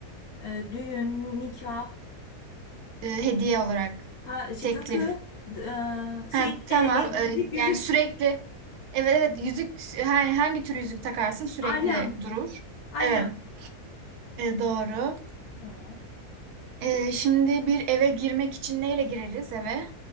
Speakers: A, on the left; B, on the right.
A: e, düğün, nikah.
B: E, hediye olarak
A: Ha şey
B: teklif.
A: takı d- e, şey
B: Ha, tamam
A: e, e,
B: E,
A: yüzük
B: yani
A: yüzük
B: sürekli evet evet yüzük ha- hangi tür yüzük takarsın sürekli
A: alyans
B: durur.
A: alyans
B: Evet E, doğru.
A: Tamam.
B: E, şimdi bir eve girmek için neyle gireriz eve?